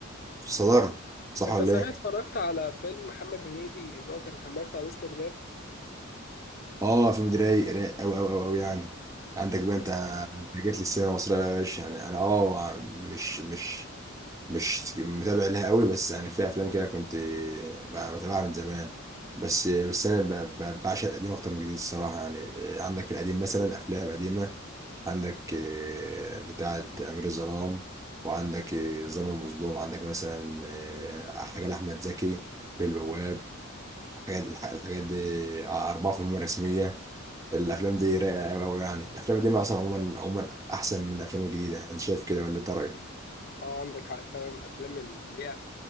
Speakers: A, on the right; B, on the left.
A: في الصداره صح
B: انت
A: ولا
B: صحيح
A: ايه؟
B: اتفرجت على فيلم محمد هنيدي اللي هو كان همام في امستردام
A: اه فيلم ده رايق رايق قوي قوي قوي يعني عندك بقى
B: تحسه
A: انت جات لي السينما المصرية يا باشا يعني أنا أه مش مش مش متابع لها قوي بس يعني في أفلام كده كنت ب- بتابعها من زمان بس بس أنا ب- ب- بعشق القديم أكتر من الجديد الصراحة يعني عندك في القديم مثلا أفلام قديمة عندك آه، بتاعة أمير الظلام وعندك آه، ظالم المظلوم عندك مثلا آه، حاجة لأحمد زكي بالبواب الحاجات الح- الحاجات دي آه، أربعة في المهمة الرسمية الأفلام دي رايقة أوي أوي يعني الأفلام دي أصلا عموما عموما أحسن من الأفلام الجديدة أنا شايف كده ولا أنت رأيك؟
B: اه عندك حق فعلا الافلام اللي هي